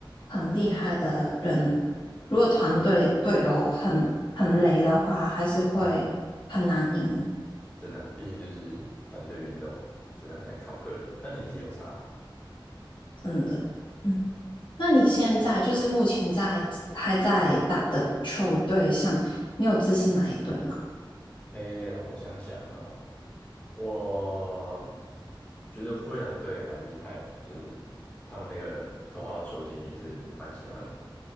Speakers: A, on the left; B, on the left.
A: 很厉害的人，如果团队队友很很雷的话，还是会很难赢。
B: 嗯，真的啊毕竟就是团队运动嘛，真的很难靠个人，但也是有差。
A: 嗯的，嗯，那你现在就是目前在还在打的球队上，你有支持哪一队吗？
B: 诶，我想想哦，我觉得灰狼队蛮厉害的，就是他们那个头号球星也是蛮喜欢的。